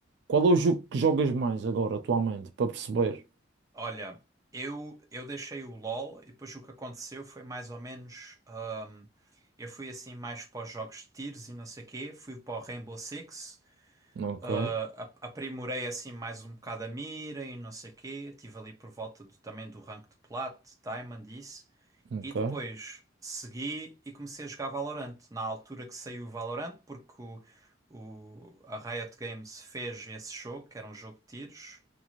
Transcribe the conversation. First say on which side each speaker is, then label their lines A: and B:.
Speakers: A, on the right; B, on the right.
A: qual é o jogo que jogas mais agora, atualmente, para perceber?
B: Olha, eu, eu deixei o LOL e depois o que aconteceu foi mais ou menos. hum, eu fui assim mais para os jogos de tiros e não sei o quê, fui para o Rainbow Six.
A: Ok,
B: Ah, a- aprimorei assim mais um bocado a mira e não sei o quê. Estive ali por volta do- também do rank de Plat, Diamond, isso.
A: ok,
B: E depois segui e comecei a jogar Valorant. Na altura que saiu o Valorant, porque o, o- a Riot Games fez esse jogo, que era um jogo de tiros.